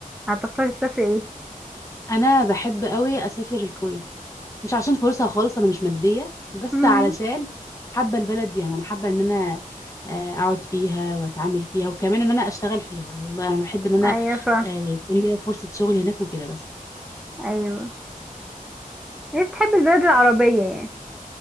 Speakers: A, in the centre; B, on the left.
A: هتختاري تسافري ايه
B: انا بحب قوي اسافر الكويت مش عشان فرصه خالص انا مش ماديه بس
A: امم
B: علشان حابه البلد دي يعني انا حابه ان انا آه، اقعد فيها واتعامل فيها وكمان ان انا اشتغل فيها والله انا بحب ان انا
A: ايوه فا
B: آه، يكون لي فرصه شغل هناك وكده بس
A: ايوه هي بتحب البلاد العربية يعني